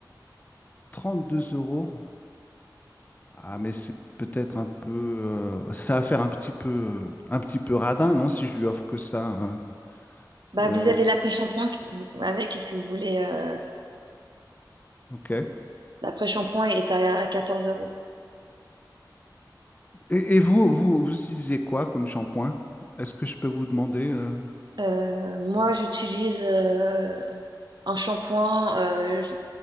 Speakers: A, on the left (about 25°); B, on the right (about 70°).
A: Trente-deux euros. Ah, mais c'est peut-être un peu. euh, ça va faire un petit peu, un petit peu radin, non, si je lui offre que ça. hein.
B: Bah,
A: Euh,
B: vous avez l'après-shampoing qui- avec, si vous voulez. euh,
A: ok.
B: l'après-shampoing est à 14 euros.
A: Et, et vous, vous, vous utilisez quoi comme shampoing? Est-ce que je peux vous demander euh,
B: Euh, moi,
A: ce que vous
B: j'utilise euh, un shampoing euh, je-